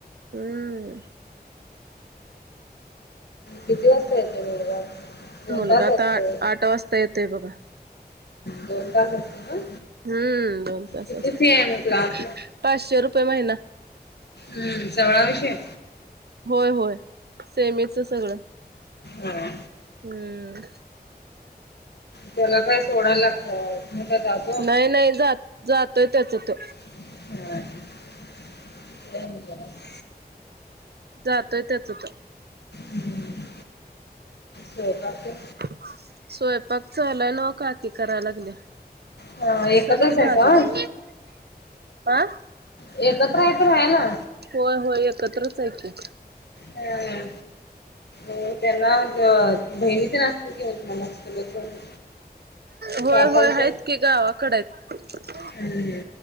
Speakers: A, on the right (about 70°); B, on the left (about 75°).
A: हम्म.
B: किती वाजता येतोय मुलगा? दोन
A: मुलगा
B: तास असतोय.
A: आता आठ वाजता येतोय बघा.
B: दोन तास असतो ना
A: हम्म दोन तास
B: किती
A: असतो
B: फी आहे मग क्लास?
A: पाचशे रुपये महिना.
B: हम्म सगळा विषय
A: होय होय सेमीच सगळं.
B: हा.
A: हम्म.
B: त्याला काय सोडाय लागतय. मग काय दादा
A: नाही नाही जा जातोय त्याच तो.
B: हा <unintelligible>
A: जातोय त्याच तो.
B: हम्म शो <unintelligible> काकी
A: हम्म स्वयंपाक चालू हाय नव काकी करायला लागल्या.
B: हा एकत्रच
A: सर की
B: आहे
A: बाजूला
B: का
A: आ
B: एकत्र आहेत हायत तर राहाय ना
A: होय होय एकत्रच हाय की.
B: हा. अ त्यांना बहिणी येन असतील कि मगच बहिणी
A: होय
B: काकांचं
A: होय आहेत की गावाकडे हायत.
B: हम्म